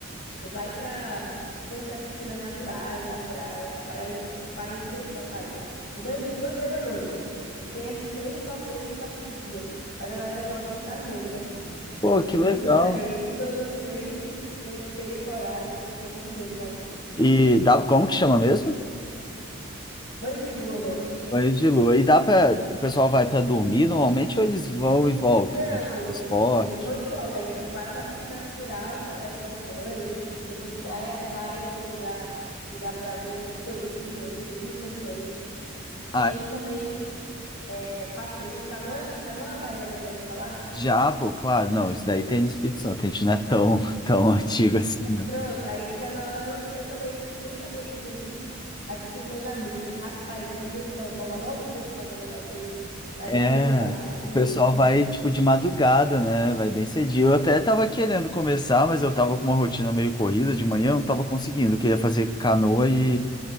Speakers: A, on the left; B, on the left.
A: vai para conhecer as piscinas naturais da praia, para em, para em três locais. O banho de lua é pela noite. E tem esse mesmo passeio, só que de dia. Mas a galera gosta da noite, assim.
B: Pô,
A: Eu
B: que
A: nunca
B: legal.
A: fui para ele, porque eu não sei se eu teria coragem, eu tenho um pouco de medo, talvez.
B: E dá, como que chama mesmo?
A: Banho de lua é o nome.
B: Banho de lua. E dá pra. O pessoal vai pra dormir normalmente ou eles vão e voltam?
A: Não,
B: Tem tipo transporte?
A: eles vão e voltam. Aí, tipo, para na piscina natural, a galera toma banho, depois praia, para em algum lugar que dá para ver outras coisinhas, mesmo sendo noite. Tem
B: Ah,
A: também é, passeio canoa, canoa havaiana, já ouviu falar?
B: já, pô, claro. Não, isso daí tem no Espírito Santo. A gente não é tão, <laughs> tão antigo assim.
A: Pronto, aí canoa havaiana eu também não- nem sabia que tinha aqui. Aí fui com os meus amigos, eu disse, rapaz, que invenção, acorda logo cedo pra fazer um negócio desse. Mas
B: É,
A: é muito massa, gostei
B: o pessoal
A: muito.
B: vai tipo de madrugada, né? Vai bem cedinho. Eu até tava querendo começar, mas eu tava com uma rotina meio corrida de manhã, eu não tava conseguindo. Eu queria fazer canoa e,